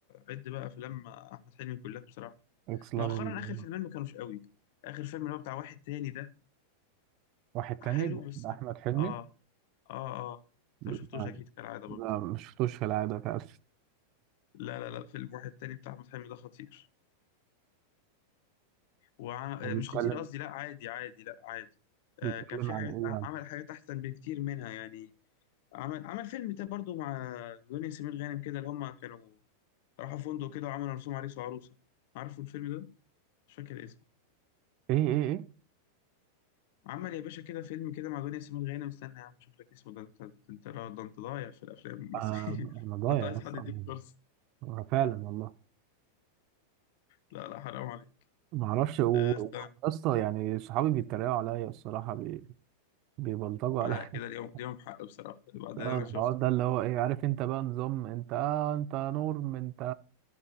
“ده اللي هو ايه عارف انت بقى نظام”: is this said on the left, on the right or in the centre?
Right